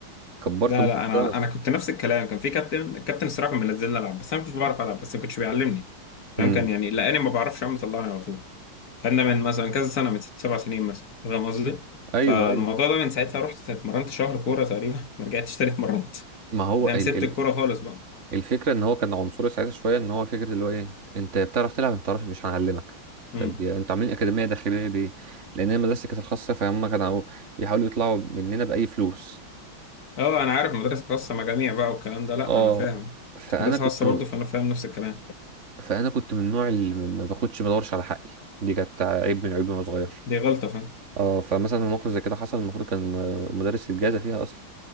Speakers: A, on the right; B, on the left.
A: كبرت
B: لا
A: مخي
B: لا انا
A: خالص
B: انا كنت نفس الكلام كان في كابتن الكابتن الصراحه كان منزلني العب بس انا ما كنتش بعرف العب بس ما كنتش بيعلمني فاهم
A: امم
B: كان يعني لقاني ما بعرفش اعمل طلعني على طول كان من مثلا كذا سنة من ست سبع سنين مثلا أنت فاهم قصدي؟
A: ايوه
B: فالموضوع
A: ايوه
B: ده من ساعتها رحت اتمرنت شهر كورة تقريبا <laughs> ما رجعتش تاني اتمرنت أنت
A: ما هو ال
B: فاهم سبت
A: ال
B: الكورة خالص بقى
A: الفكره ان هو كان عنصري ساعتها شويه ان هو فكره اللي هو ايه انت بتعرف تلعب ما بتعرفش مش هنعلمك
B: امم
A: طب يا- انتوا عاملين اكاديميه داخليه ليه لان هي مدرستي كانت الخاصه فهم كانوا بيحاولوا يطلعوا مننا باي فلوس
B: اه انا عارف مدرسة خاصة مجاميع بقى والكلام ده لا
A: اه
B: انا فاهم
A: فانا
B: كنت في مدرسة
A: كنت
B: خاصة برضه فانا فاهم نفس الكلام
A: فانا كنت من النوع اللي ما باخدش ما بدورش على حقي دي كانت عيب من عيوبي وانا صغير
B: دي غلطة فاهم
A: اه فمثلا موقف زي كده حصل المفروض كان م- مدرس يتجازى فيها اصلا